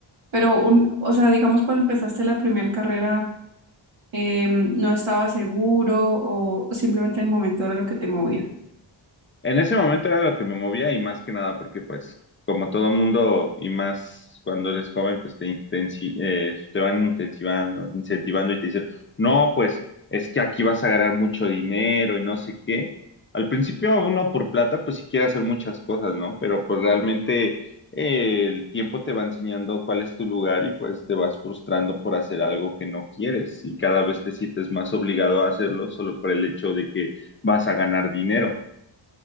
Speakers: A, on the right (about 80°); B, on the left (about 25°).
A: Pero, un, o sea, digamos cuando empezaste la primera carrera, em, ¿no estabas seguro o simplemente el momento era lo que te movía?
B: En ese momento era lo que me movía y más que nada porque pues como todo mundo y más cuando eres joven pues te, intensi- eh, te van intensivando, incentivando y te dicen, no, pues es que aquí vas a ganar mucho dinero y no sé qué. Al principio uno por plata pues sí quiere hacer muchas cosas, ¿no? Pero pues realmente eh, el tiempo te va enseñando cuál es tu lugar y pues te vas frustrando por hacer algo que no quieres y cada vez te sientes más obligado a hacerlo solo por el hecho de que vas a ganar dinero.